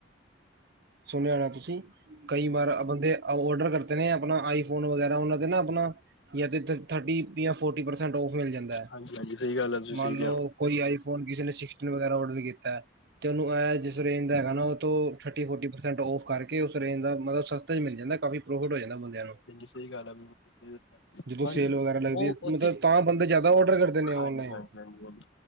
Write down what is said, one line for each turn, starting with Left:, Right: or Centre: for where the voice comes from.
Right: ਸੁਣਿਆ ਹੋਣਾ ਤੁਸੀਂ ਕਈ ਵਾਰ ਬੰਦੇ ਡਰ ਕਰਤੇ ਨੇ ਆਪਣਾ ਆਈਫੋਨ ਵਗੈਰਾ ਉਹ ਦੇ ਨਾ ਆਪਣਾਥਰਟੀ ਫੋਰ ਪਰਸੈਂਟ ਮਿਲ ਜਾਂਦਾ ਹੈ
Left: ਹਮ ਹਾਂਜੀ ਹਾਂਜੀ ਸਹੀ ਗੱਲ ਹੈ ਤੁਸੀਂ ਸਹੀ
Right: ਮੰਨ
Left: ਕਿਹਾ
Right: ਲਓ ਕੋਈ ਆਈ ਫ ਕਿਸੇ ਨੇ ਵਗੈਰਾ ਡਰ ਕੀਤਾ ਤੇ ਉਹਨੂੰ ਇਹ ਜਿਸ ਰੇਂਜ ਦਾ ਹੈਗਾ ਉਹ ਥਰਟੀ ਫੋ ਸੈਂਟ ਔਫ ਕਰਕੇ ਉਸ ਰੇਜ ਦਾ ਮਤਲਬ ਸਸਤਾ ਚ ਮਿਲ ਜਾਂਦਾ ਕਾਫੀ ਪ੍ਰੋਫਿਟ ਹੋ ਜਾਂਦਾ ਬੰਦਿਆਂ ਨੂੰ
Left: ਸਹੀ ਗੱਲ ਆ ਬਿਲਕੁਲ ਸਹੀ ਦੱਸਿਆ
Right: ਜਦੋਂ ਸੇਲ
Left: ਹਾਂਜੀ
Right: ਵਗੈਰਾ ਲੱਗਦੀ
Left: ਉਹ
Right: ਹੈ, ਮਤਲਬ
Left: ਉੱਥੇ
Right: ਤਾਂ ਬੰਦੇ ਜ਼ਿਆਦਾ ਔਡਰ ਕਰਦੇ ਨੇ ਔਨਲਾਈਨ
Left: ਹਾਂਜੀ ਹਾਂਜੀ ਹਾਂਜੀ